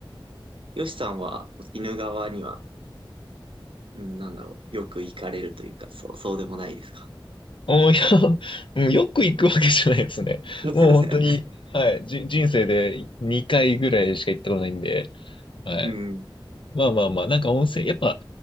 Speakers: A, on the right; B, on the left.
A: よしさんは鬼怒川には、うん、なんだろう、よく行かれるというか、そう、そうでもないですか。
B: あーいや、<laughs> うんよく行くわけじゃないですね。
A: <laughs>
B: もう本当に、はい、じ、人生で2回ぐらいしか行ったことないんで、はい。
A: うん、
B: まあまあまあ、なんか温泉、やっぱ